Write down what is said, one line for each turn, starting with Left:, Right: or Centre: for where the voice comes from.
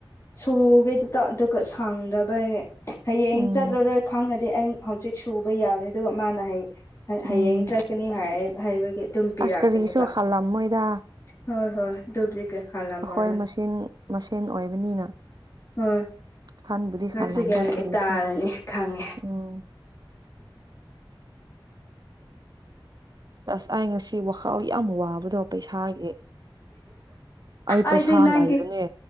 Left: ꯁꯨꯒꯦꯗꯨꯇ ꯑꯗꯨꯒ ꯁꯥꯡꯗꯕꯩ ꯍꯌꯦꯡ
Right: ꯎꯝ
Left: ꯆꯠꯂꯔꯣꯏ ꯈꯪꯉꯗꯤ ꯑꯩ ꯍꯧꯖꯤꯛ ꯁꯨꯕ ꯌꯥꯕꯅꯤ ꯑꯗꯨꯒ ꯃꯥꯅ ꯍꯌꯦ ꯍꯌꯦꯡ
Right: ꯎꯝ
Left: ꯆꯠꯀꯅꯤ ꯍꯥꯏꯕꯒꯤ ꯑꯗꯨꯝ ꯄꯤꯔꯛꯄꯅꯦꯕ
Right: ꯑꯁ ꯀꯔꯤꯁꯨ ꯈꯜꯂꯝꯃꯣꯏꯗ
Left: ꯍꯣꯏ ꯍꯣꯏ ꯗ ꯀꯦ ꯈꯝꯔ
Right: ꯑꯩꯈꯣꯏ ꯃꯁꯦꯟ ꯃꯁꯦꯟ ꯑꯣꯏꯕꯅꯤꯅ
Left: ꯍ
Right: ꯈꯟꯕꯨꯗꯤ
Left: ꯉꯥꯁꯤꯨꯒꯅꯤ
Right: ꯈꯜꯂꯝꯃꯣꯏ ꯀꯔꯤꯁꯨ
Left: ꯇꯥꯔꯅꯤ ꯈꯪꯉꯦ
Right: ꯎꯝ ꯑꯁ ꯑꯩꯥꯏ ꯉꯁꯤ ꯋꯥꯈꯥꯎ ꯌꯥꯝ ꯋꯥꯕꯗꯣ ꯄꯩꯁꯥꯒꯤ ꯑꯩ ꯄꯩꯁꯥ
Left: ꯑꯩꯗꯤ ꯅꯪꯒꯤ
Right: ꯅꯥꯏꯕꯅꯦ